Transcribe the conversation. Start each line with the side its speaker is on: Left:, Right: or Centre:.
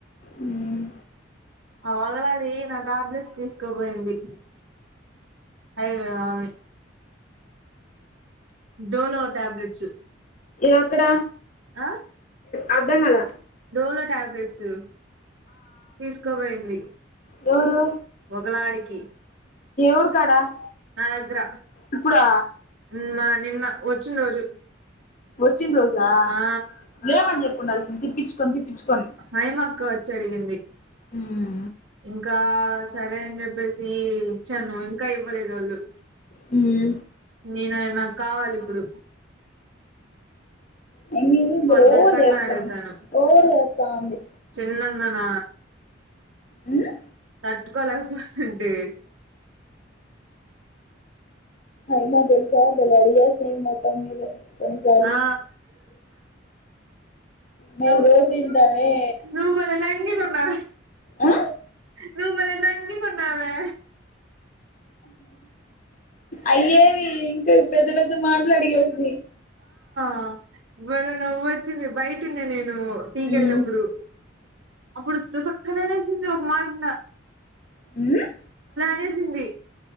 Left: ఉమ్
Right: అ <unintelligible> నా టాబ్లెట్స్ తీస్కావోయింది అయి నావి డోలో ట్యాబ్లెట్స్
Left: ఎక్కడ
Right: అ
Left: అర్ధం కాల
Right: డోలో ట్యాబ్లెట్స్ తీస్కావోయింది
Left: దూరు
Right: వగలాడికి
Left: ఊరు కాడ
Right: నా దగ్గర
Left: ఇప్పుడా
Right: న్మ నిన్న ఓచున్ రోజు
Left: చ్చిన్ రోజా
Right: ఆ
Left: లేవన్ చెప్పుండాల్సింది తిప్పిచుకొని తిప్పిచుకొని
Right: హాయ్ మకొచ్చి అడిగింది
Left: ఉమ్
Right: ఇంకా సరే అని జెప్పేసి ఇచ్చాను ఇంకా ఇవ్వలేదు వాళ్ళు
Left: హ్మ్
Right: నేన నాక్ కావాలిప్పుడు
Left: మమ్మీ
Right: పొద్దన్
Left: భలే ఓవర్
Right: కన్నా
Left: చేస్తాంది
Right: అడుగుతాను
Left: ఓవర్ చేస్తాంది
Right: చిన్న నన్న
Left: ఉమ్
Right: తట్టుకోలేకపోతుంది <inaudible>
Left: అయినా తెలుసా బలే అడిగేసిన మొకం మీద కొన్నిసార్లు
Right: ఆ
Left: <inaudible> మేము
Right: ను
Left: రోజు వింటామే
Right: ను బలే లంగి కొన్నా
Left: ఆ
Right: నువ్ బలే నంగి కొన్నావే
Left: అయ్యేవి ఇంకా పెద్ద పెద్ద మాట్ల్ అడిగేసి
Right: అ బలే నవ్వచ్చింది బయటున్నా నేను టీకెళ్ళినప్పుడు
Left: ఉమ్
Right: అప్పుడు తుసుక్కున అనేసింది ఒక మాట్న
Left: ఉమ్
Right: అనేసింది